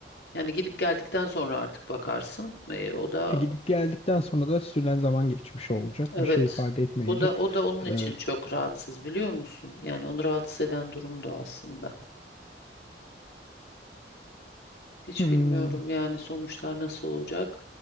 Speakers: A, on the left; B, on the left.
A: Yani gidip geldikten sonra artık bakarsın. E, o da
B: E, gidip geldikten sonra da sürülen zaman geçmiş olacak.
A: evet.
B: Bir şey ifade etmeyecek.
A: O da o da onun için
B: E,
A: çok rahatsız biliyor musun? Yani onu rahatsız eden durum da o aslında. Hiç
B: hmm,
A: bilmiyorum yani sonuçlar nasıl olacak.